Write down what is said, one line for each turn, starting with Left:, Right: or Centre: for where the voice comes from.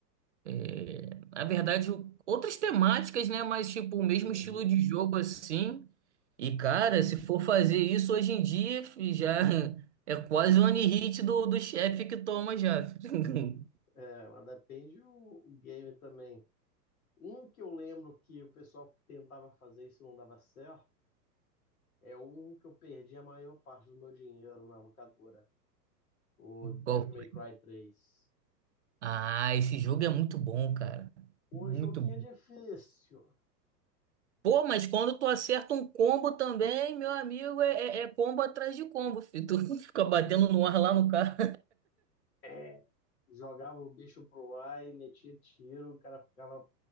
Right: é, na verdade, o- outras temáticas, né? Mas, tipo, o mesmo
Left: Uhum.
Right: estilo de jogo assim. E, cara, se for fazer isso hoje em dia, fi, já <laughs> é quase o one hit do, do chefe que toma já. fi. <laughs>
Left: É, mas depende o, o game também. Um que eu lembro que o pessoal tentava fazer isso e não dava certo é um que eu perdi a maior parte do meu dinheiro na locadora, o Devil
Right: Qual
Left: May
Right: foi?
Left: Cry 3.
Right: Ah, esse jogo é muito bom, cara.
Left: O
Right: Muito
Left: joguinho
Right: bom.
Left: é difícil.
Right: Pô, mas quando tu acerta um combo também, meu amigo, é, é- é combo atrás de combo, filho. Tu <laughs> fica batendo no ar lá no cara.
Left: É. Jogava o bicho pro ar e metia tiro, o cara ficava